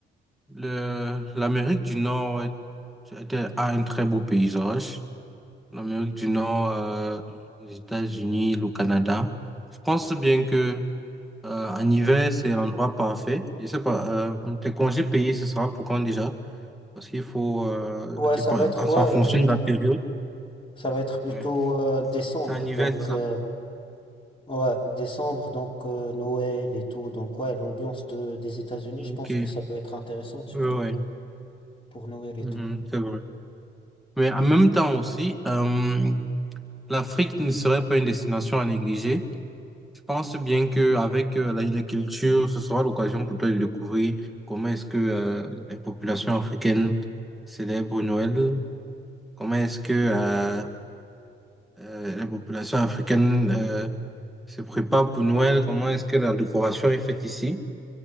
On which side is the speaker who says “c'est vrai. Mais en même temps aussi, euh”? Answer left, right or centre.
Centre